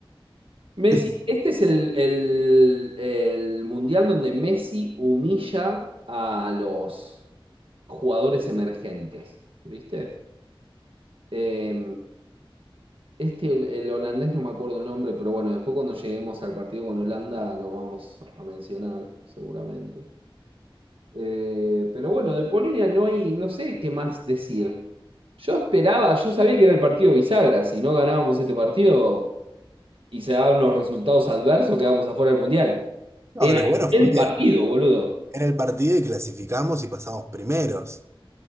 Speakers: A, on the right; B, on the right.
A: Messi,
B: <laughs>
A: este es el, el, el mundial donde Messi humilla a los jugadores emergentes, ¿viste? Eh, este, el holandés, no me acuerdo el nombre, pero bueno, después cuando lleguemos al partido con Holanda lo vamos a mencionar, seguramente. Eh, pero bueno, de Polonia no hay, no sé qué más decir. Yo esperaba, yo sabía que era el partido bisagra, si no ganábamos este partido y se daban unos resultados adversos, quedábamos afuera del Mundial.
B: No,
A: Era
B: lo bueno
A: el
B: fue que
A: partido, boludo.
B: era el partido y clasificamos y pasamos primeros.